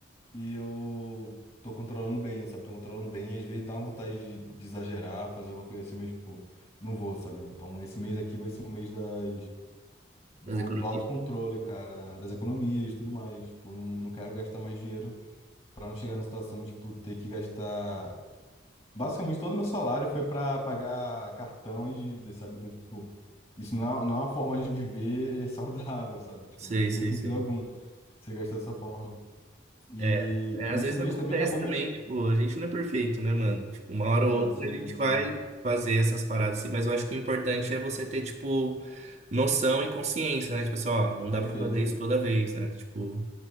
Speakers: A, on the left; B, on the right.
A: e eu tô controlando bem, sabe, tô controlando bem. E às vezes dá uma vontade de, de exagerar, fazer alguma coisa assim, mas, tipo, não vou, sabe. Então esse mês aqui vai ser um mês das, do,
B: das economias?
A: do autocontrole, cara, das economias e tudo mais. Tipo, não não quero gastar mais dinheiro. Pra não chegar na situação de, tipo, ter que gastar. Basicamente, todo o meu salário foi para pagar cartão e dívidas, sabe? Então, tipo, isso não é, não é uma forma de viver <laughs> saudável, sabe? Tipo,
B: Sei,
A: não tem
B: sei,
A: sentido
B: sei.
A: algum você gastar dessa forma. E
B: É, é,
A: nesse
B: às vezes
A: mês
B: acontece
A: também acabou
B: também,
A: minhas...
B: tipo, a gente não é perfeito, né, mano? Tipo, uma hora
A: É,
B: ou outra
A: assim,
B: a gente
A: sim,
B: vai fazer essas paradas assim, mas eu acho que o importante é você ter, tipo, noção e consciência, né? Tipo assim, ó, não
A: perfeito.
B: dá pra fazer isso toda vez, né? Tipo,